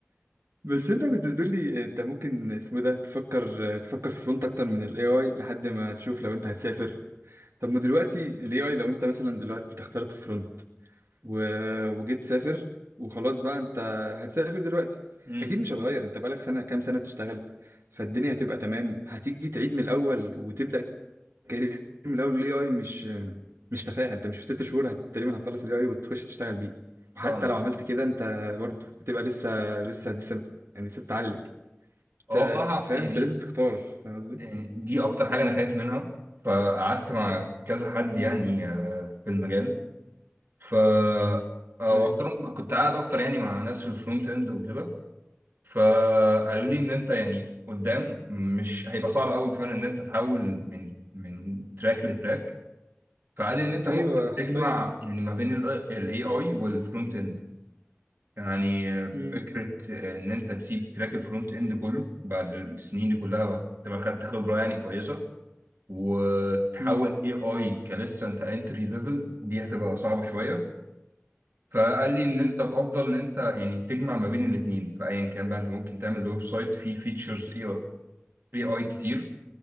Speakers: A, on the right; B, on the right.
A: بس انت كنت بتقولي انت ممكن اسمه ده تفكر تفكر في فرونت اكتر من الاي اي لحد ما تشوف لو انت هتسافر طب ما دلوقتي الاي اي لو انت مثلا دلوقتي انت اخترت فرونت و... وجيت تسافر وخلاص بقى انت هتسافر دلوقتي
B: <laughs> أمم،
A: اكيد مش هتغير انت بقالك سنه كام سنه بتشتغل فالدنيا هتبقى تمام هتيجي تعيد من الاول وتبدا كارير من الاول الاي اي مش مش تفاهه انت مش في ست شهور هت... تقريبا هتخلص الاي اي وتخش تشتغل بيه وحتى
B: فاهمك
A: لو عملت كده انت برضه هتبقى لسه لسه لسه يعني لسه بتتعلم انت
B: هو بصراحة
A: فاهم
B: يعني
A: انت لازم تختار فاهم قصدي
B: آه، دي اكتر حاجه انا خايف منها فقعدت مع كذا حد
A: مم.
B: يعني آه، في المجال ف او
A: ايوه
B: اكترهم كنت قاعد اكتر يعني مع ناس في الفرونت اند وكده فقالوا لي ان انت يعني قدام مش هيبقى صعب قوي فعلا ان انت تحول من من تراك لتراك فقال لي ان انت
A: ايوه
B: ممكن
A: حرفيا
B: تجمع يعني ما بين الاي اي والفرونت اند يعني فكره
A: امم
B: آه، ان انت تسيب تراك الفرونت اند كله بعد السنين دي كلها تبقى خدت خبره يعني كويسه وتحول
A: امم
B: اي اي كلسه انت انتري ليفل دي هتبقى صعبه شويه فقال لي ان
A: امم
B: انت الافضل ان انت يعني تجمع ما بين الاثنين فايا كان بقى انت ممكن تعمل ويب سايت فيه فيتشرز اي اي كتير